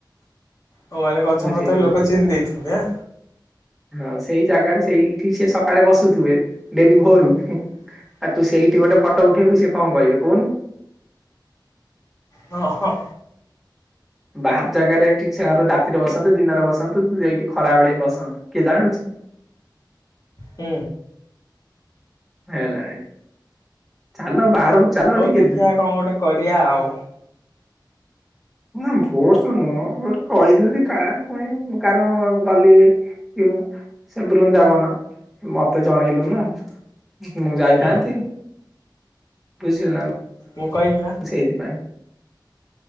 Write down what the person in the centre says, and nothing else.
ବୁଝିଲୁ
ନା
ହଁ, ସେଇ ଜାଗାରେ ସେଇଠି ସେ ସକାଳେ ବସୁଥିବେ ଡେଲି ଭୋରୁ ଆ ତୁ ସେଇଠି ଗୋଟେ ଫଟୋ ଉଠେଇବୁ, ସେ କଣ କହିବେ କହୁନୁ?
ବାହାର ଜାଗାରେ ଏଠି ଛାର ରାତିରେ ବସନ୍ତୁ, ଦିନରେ ବସନ୍ତୁ ଏଇଠି ଖରା ବେଳେ ବି ବସନ୍ତୁ କେ ଜାଣୁଛି
ଏଲ ଆଇ ଚାଲ ବାହାରକୁ
ଟିକେ
ନା ଫୋର୍ସ ନୁହଁ ଗୋଟେ କହିଦେ କା ପୁଣି କାରଣ ଗଲି କି ମୁଁ ସେ ବୃନ୍ଦାବନ ମୋତେ ଜଣେଇଲୁନି ମୁଁ ଯାଇଥାନ୍ତି
ବୁଝିଲୁ ନା
ସେଇଥିପାଇଁ